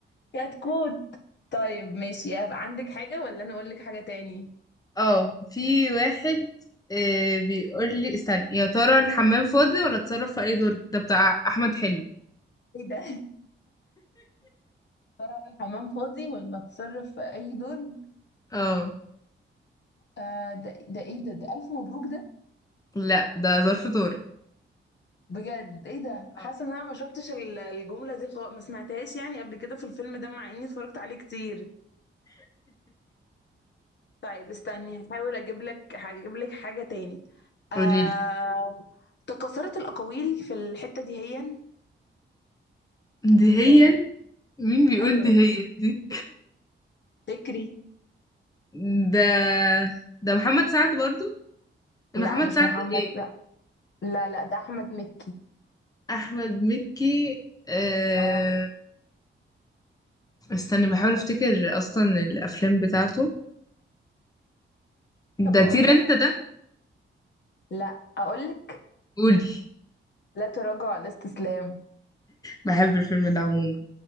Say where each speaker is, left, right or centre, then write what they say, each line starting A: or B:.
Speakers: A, on the left; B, on the left.
A: كتكوت طيب ماشي عندك حاجة ولا أنا أقول لك حاجة تاني
B: اه في واحد آه بيقول لي استنى يا ترى الحمام فاضي ولا اتصرف في اي دور ده بتاع احمد حلمي
A: إيه ده ترى الحمام فاضي ولا اتصرف في أي درج
B: اه
A: آه ده ده إيه ده ده ألف مبروك ده
B: لا ده ظرف طارق
A: بجد إيه ده
B: اه
A: حاسة إن أنا ما شفتش ال- الجملة دي خالص ما سمعتهاش يعني قبل كده في الفيلم ده مع إني اتفرجت عليه كتير طيب استني هحاول أجيب لك هجيب لك حاجة تاني آه
B: قوليلي
A: تكاثرت الأقاويل في الحتة دي هيا
B: دهيا
A: ها
B: مين بيقول
A: أيوه
B: دهيا دي
A: فكري
B: <laughs> ده ده محمد سعد برضو
A: لا
B: محمد
A: مش
B: سعد
A: محمد
B: ايه
A: لا لا ده احمد مكي
B: احمد مكي آه...
A: اه
B: استني بحاول افتكر اصلا الافلام بتاعته
A: طب
B: ده
A: اقول
B: طير
A: لك
B: انت ده
A: لا اقول لك
B: قولي
A: لا تراجع على استسلام
B: بحب الفيلم ده عموما